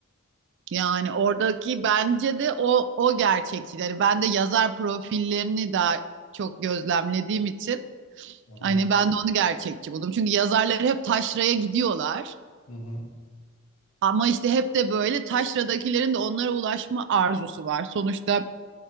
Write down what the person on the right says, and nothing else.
Yani oradaki bence de o o gerçekçileri. Ben de yazar profillerini daha çok gözlemlediğim için
hani ben de onu gerçekçi buldum. Çünkü yazarlar hep taşraya gidiyorlar.
Ama işte hep de böyle taşradakilerin de onlara ulaşma arzusu var. Sonuçta